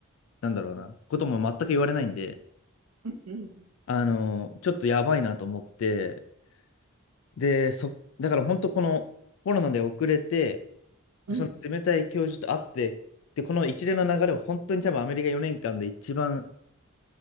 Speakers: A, on the left; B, on the right.
A: なんだろうな、ことも全く言われないんで、
B: うん、うん、
A: あの、ちょっとやばいなと思って、で、そ、だから本当このコロナで遅れて、で、
B: うん、
A: その冷たい教授と会って、で、この一連の流れを本当に多分アメリカ4年間で一番、